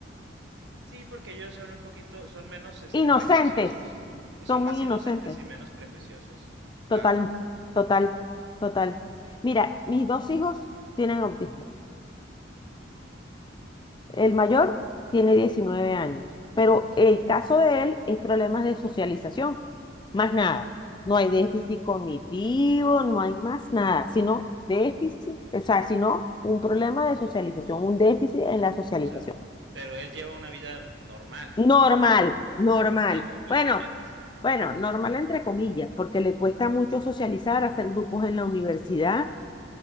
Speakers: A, on the right; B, on the left.
A: Sí, porque ellos son un poquito, son menos, este,
B: Inocentes,
A: prejuiciosos y son
B: son
A: más
B: muy inocentes,
A: inocentes y menos prejuiciosos, claro.
B: total, total, total. Mira, mis dos hijos tienen autismo.
A: Ujú.
B: El mayor tiene 19 años, pero el caso de él es problemas de socialización, más nada. No hay déficit cognitivo, no hay más nada, sino déficit, o sea, sino un problema de socialización, un déficit en la socialización.
A: O sea, pero él lleva una vida normal,
B: Normal,
A: o sea,
B: normal.
A: normal completamente.
B: Bueno, bueno, normal entre comillas, porque le cuesta mucho socializar, hacer grupos en la universidad.